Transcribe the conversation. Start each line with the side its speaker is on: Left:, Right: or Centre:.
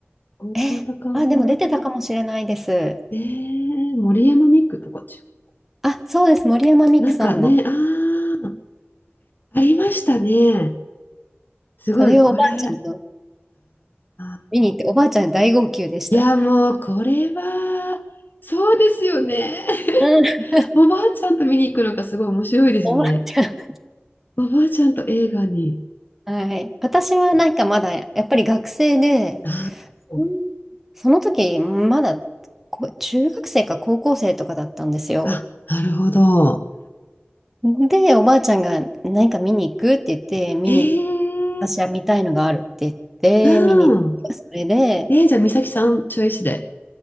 Left: 大沢たかおさん
Centre: え、あ、でも出てたかもしれないです。
Left: ええ森山未来とか違う。
Centre: あ、そうです。森山未來さんだ。
Left: なんかね、ああ、ありましたね。すごい、
Centre: それをおばあちゃんと
Left: これ。ああ。
Centre: 見に行って、おばあちゃん大号泣でした。
Left: いや、もう、これは、そうですよね。
Centre: うん。<laughs>
Left: <laughs> おばあちゃんと見に行くのがすごい面白いですね。
Centre: おばあちゃん。
Left: おばあちゃんと映画に。
Centre: はい。私はなんかまだ、やっぱり学生で、
Left: あー
Centre: うんその時、まだこ中学生か高校生とかだったんですよ。
Left: あ、なるほど。
Centre: で、おばあちゃんが何か見に行くって言って、見に、
Left: へえ、
Centre: 私は見たいのがあるって言って、
Left: うん。
Centre: 見に行った。それで、
Left: えー、じゃあ、美咲さん、チョイスで。